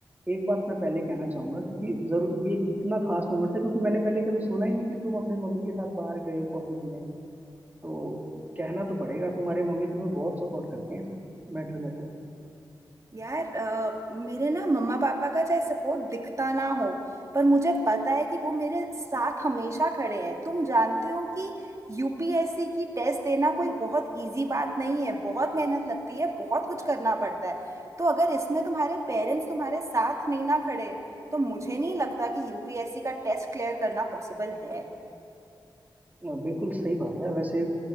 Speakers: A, on the right (about 20°); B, on the right (about 35°).
A: एक बात मैं पहले कहना चाहूंगा क्योंकि जरूर ये इतना खास मोमेंट है क्योंकि मैंने पहले कभी सुना ही नहीं कि तुम अपनी मम्मी के साथ बाहर गए हो कॉफी पीने तो कहना तो पड़ेगा तुम्हारे मम्मी तुम्हें बहुत सपोर्ट करते हैं इस मैटर में तो
B: यार अ, मेरे ना मम्मा पापा का चाहे सपोर्ट दिखता ना हो पर मुझे पता है कि वो मेरे साथ हमेशा खड़े हैं तुम जानते हो कि यूपीएससी की टेस्ट देना कोई बहुत इजी बात नहीं है बहुत मेहनत लगती है बहुत कुछ करना पड़ता है तो अगर इसमें तुम्हारे पेरेंट्स तुम्हारे साथ नहीं ना खड़े तो मुझे नहीं लगता कि यूपीएससी का टेस्ट क्लियर करना पॉसिबल है
A: अ, बिल्कुल सही बात है वैसे